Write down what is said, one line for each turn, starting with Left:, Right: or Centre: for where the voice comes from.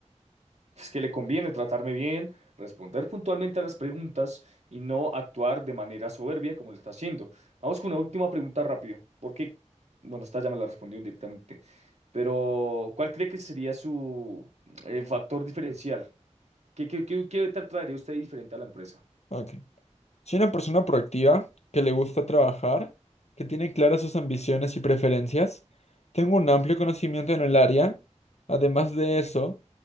Right: Es que le conviene tratarme bien, responder puntualmente a las preguntas y no actuar de manera soberbia como lo está haciendo. Vamos con una última pregunta rápido. Porque, bueno, esta ya me la respondió directamente. Pero, ¿cuál cree que sería su eh, factor diferencial? ¿Qué, qué, qué, qué traería usted diferente a la empresa?
Left: Ok. Soy una persona proactiva, que le gusta trabajar, que tiene claras sus ambiciones y preferencias. Tengo un amplio conocimiento en el área. Además de eso,